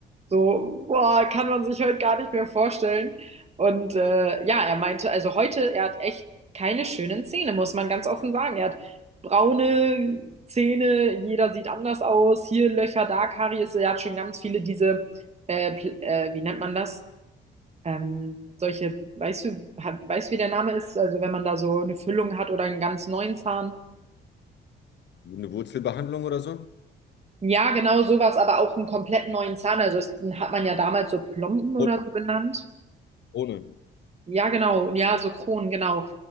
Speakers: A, on the right; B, on the left.
A: So, boah, kann man sich heute gar nicht mehr vorstellen. Und äh, ja, er meinte, also heute, er hat echt keine schönen Zähne, muss man ganz offen sagen. Er hat braune Zähne, jeder sieht anders aus, hier Löcher, da Karies, er hat schon ganz viele diese, äh, Pl- äh, wie nennt man das? Ähm, solche, weißt du, ha- weißt du, wie der Name ist? Also wenn man da so eine Füllung hat oder einen ganz neuen Zahn.
B: Eine Wurzelbehandlung oder so?
A: Ja, genau sowas, aber auch einen komplett neuen Zahn. Also das hat man ja damals so Plomben oder
B: Ohne.
A: so genannt.
B: Ohne.
A: Ja, genau. Ja, so Kronen, genau.